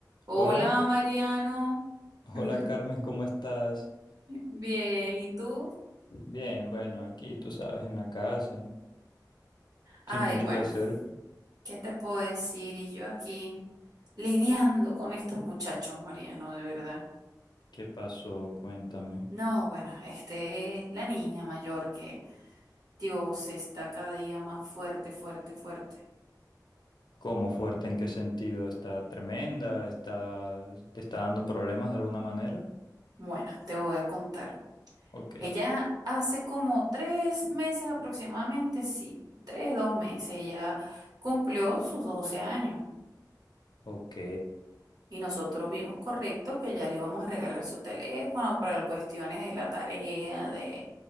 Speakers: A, on the right; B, on the left.
A: Hola
B: Hola,
A: Mariano. <laughs>
B: hola Carmen, ¿cómo estás?
A: Bien, ¿y tú?
B: Bien, bueno, aquí tú sabes, en la casa,
A: Ay,
B: sin mucho
A: bueno,
B: que hacer.
A: ¿qué te puedo decir? Y yo aquí lidiando con estos muchachos, Mariano, de verdad.
B: ¿Qué pasó? Cuéntame.
A: No, bueno, este es la niña mayor que, Dios, está cada día más fuerte, fuerte, fuerte.
B: ¿Cómo fuerte? ¿En qué sentido? ¿Está tremenda? ¿Está, te está dando problemas de alguna manera?
A: Bueno, te voy a contar.
B: Ok,
A: Ella hace como tres meses aproximadamente, sí, tres, dos meses, ella cumplió sus 12 años.
B: ok.
A: Y nosotros vimos correcto que ya le íbamos a regalar su teléfono para cuestiones de la tarea, de,